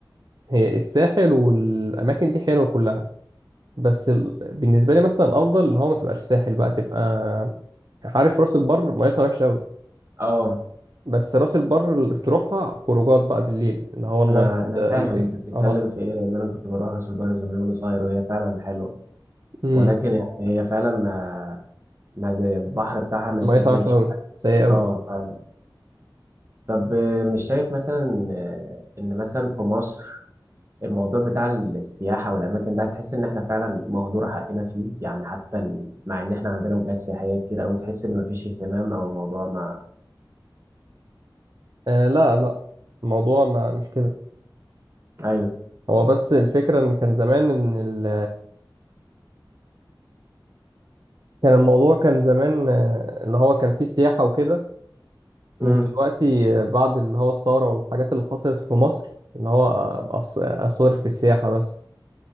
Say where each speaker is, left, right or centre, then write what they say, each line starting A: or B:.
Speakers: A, on the right (about 55°); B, on the right (about 35°).
A: هي الساحل والأماكن دي حلوة كلها بس ال... بالنسبة لي مثلا الأفضل اللي هو ما تبقاش ساحل بقى تبقى عارف راس البر ميتها وحشة أوي
B: اه
A: بس راس البر اللي تروحها خروجات بقى بالليل اللي هو النايت
B: انا انا
A: آه،
B: فاهم
A: اللايف
B: انت بتتكلم
A: اه
B: في ايه لان انا كنت بروح راس البر زمان وانا صغير وهي فعلا حلوه
A: امم
B: ولكن يعني هي فعلا ما البحر بتاعها ما
A: ميتها
B: يتنزلش
A: وحشة أوي سيئة أوي
B: اه فعلا طب آه، مش شايف مثلا آه، ان مثلا في مصر الموضوع بتاع السياحة والأماكن ده تحس إن إحنا فعلا مهدور حقنا فيه يعني حتى ال- مع إن إحنا عندنا وجهات سياحية كتير أوي تحس إن مفيش اهتمام أو الموضوع ما
A: آه لا لا الموضوع ما مش كده
B: أيوه
A: هو بس الفكرة إن كان زمان إن ال... كان الموضوع كان زمان آه، اللي هو كان فيه سياحة وكده ودلوقتي
B: امم
A: بعد اللي هو الثورة والحاجات اللي حصلت في مصر إن هو أبقى أص- أصرف في السياحة بس